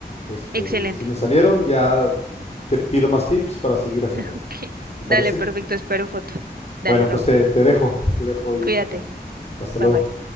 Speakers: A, on the left; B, on the right.
A: Este,
B: Excelente.
A: si me salieron,
B: <laughs>
A: ya te pido más tips para seguir haciéndolas.
B: Ok,
A: ¿Te
B: dale,
A: parece?
B: perfecto. Espero foto. Dale,
A: Bueno,
B: Raúl.
A: pues te, te dejo, te dejo, Jessica.
B: Cuídate.
A: Hasta luego.
B: Bye bye.